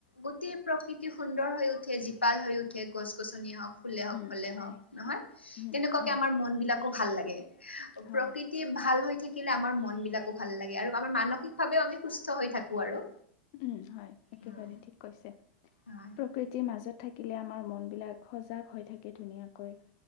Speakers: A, on the left (about 80°); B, on the left (about 45°).
A: গোটেই প্ৰকৃতি সুন্দৰ হৈ উঠে, জীপাল হৈ উঠে গছ গছনি হওক। তে ফুলে হওক,
B: উম,
A: ফলে
B: হয়,
A: হক নহয়।
B: হয়, উম,
A: তেনেকুৱাকে
B: হয়,
A: আমাৰ মন বিলাকো ভাল লাগে।
B: হয়।
A: প্ৰকিকৃতি কি ভাল হৈ থাকিলে, আমাৰ মন বিলাকো ভাল লাগে আৰু আমাৰ মানসিকভাৱেও আমি সুস্থ হৈ থাকো আৰু
B: উম, হয়। একেবাৰে
A: উম
B: ঠিক কৈছে।
A: হয়
B: প্ৰকৃতিৰ মাজত থাকিলে, আমাৰ মনবিলাক সজাগ হৈ থাকে ধুনীয়াকৈ। কৈ